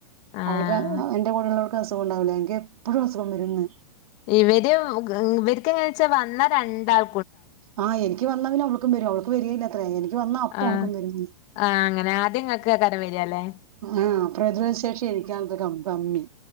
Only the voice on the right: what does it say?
അവൾക്ക് എൻ്റെ കൂടെള്ളവൾക്ക് അസുഖം ഉണ്ടാവൂല എനിക്ക് എപ്പഴും അസുഖം വരുംന്ന്
ആ എനിക്ക് വന്ന പിന്നെ അവൾക്കും വരും അവൾക്ക് വര്യേല്ലത്ര എനിക്ക് വന്ന അപ്പവൾക്കും
വരുഅത്രേ
ആ പ്രതിരോധശേഷി <unintelligible> കമ്മി